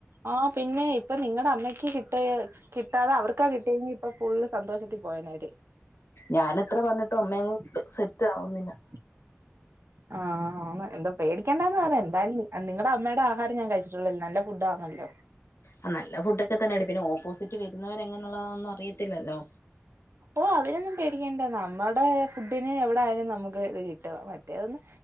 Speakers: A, on the right; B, on the left.
A: ആ പിന്നെ ഇപ്പ നിങ്ങടെ അമ്മയ്ക്ക് കിട്ടിയ കിട്ടാതെ അവർക്കാ കിട്ടിയെ ഇപ്പ ഫുള്ള് സന്തോഷത്തിൽ പോയേനെ അവര് <unintelligible>
B: ഞാൻ എത്ര പറഞ്ഞിട്ടും അമ്മയങ്ങ് സെറ്റ് ആവുന്നില്ല
A: ആഹ് ആ എന്താ പേടിക്കേണ്ടാന്ന് പറയാ എന്തായാലും നിങ്ങടെ അമ്മടെ ആഹാരം ഞാൻ കഴിച്ചിട്ടുള്ളല്ലേ നല്ല ഫുഡ് ആണല്ലോ
B: ആ നല്ല ഫുഡ് ഒക്കെ തന്നെയ പിന്നെ ഓപ്പോസിറ്റ് വരുന്നവരെ എങ്ങനെയുള്ളതാന്നും അറിയത്തില്ലല്ലോ
A: ഓഹ് അതിനൊന്നും പേടിക്കണ്ട നമ്മടെ ഫുഡിന് എവിടായാലും നമുക്ക് ഇത് കിട്ട മറ്റേതെന്ന്